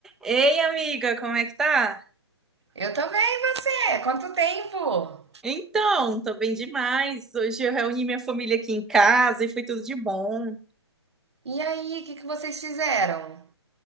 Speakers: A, in the centre; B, on the right.
A: Ei, amiga, como é que tá?
B: Eu também, e você? Quanto tempo?
A: Então, tô bem demais. Hoje eu reuni minha família aqui em casa e foi tudo de bom.
B: E aí, o que que vocês fizeram?